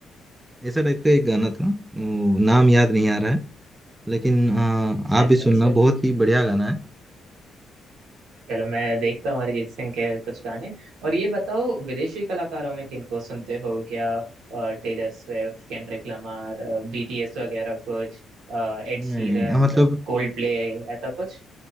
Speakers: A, on the right; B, on the right.
A: ऐसा टाइप का एक गाना था वो नाम याद नहीं आ रहा है लेकिन अ, आप
B: अच्छा
A: भी सुनना
B: अच्छा
A: बहुत ही बढ़िया गाना है
B: चलो मैं देखता हूँ अरिजीत सिंह के कुछ गाने और ये बताओ विदेशी कलाकारों में किनको सुनते हो क्या अ, Taylor Swift Kendrick Lamar BTS वगैरह कुछ अ, एड
A: मैं
B: शीरन
A: मतलब
B: कोल्ड प्ले ऐसा कुछ